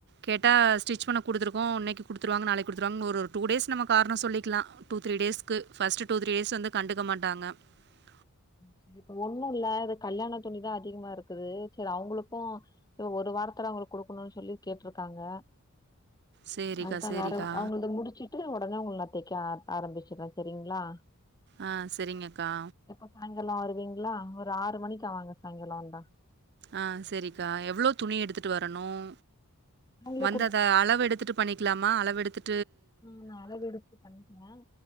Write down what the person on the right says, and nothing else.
கேட்டா ஸ்டிச் பண்ண குடுத்துருக்கோம் இன்னைக்கு கொடுத்துருவாங்க நாளைக்கு கொடுருவாங்க ஒரு டூடேஸ் நம்ம காரம் சொல்லிக்கலாம் ஃபர்ஸ்ட்டு டூ த்ரீ டேஸ்க்கு ஃபஸ்ட்டு டூ த்ரீ டேஸ் வந்துட்டு கன்டுக்கமாட்டாங்க ட்டானா
சரிக்கா,
சரிக்கா.
ஆஹ் சரிங்க அக்கா
ஆஹ் சரிக்கா எவ்ளவு துணி எடுத்துட்டு வரணும்
வந்து அத அளவு எடுத்துட்டு பண்ணிக்கலாமா அளவு எடுத்துட்